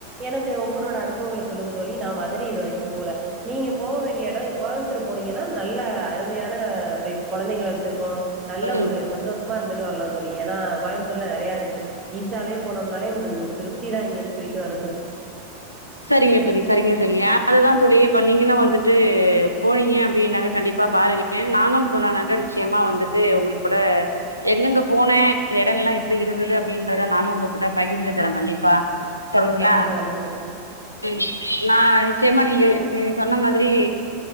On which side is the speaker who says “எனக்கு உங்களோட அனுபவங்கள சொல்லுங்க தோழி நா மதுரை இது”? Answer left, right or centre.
Right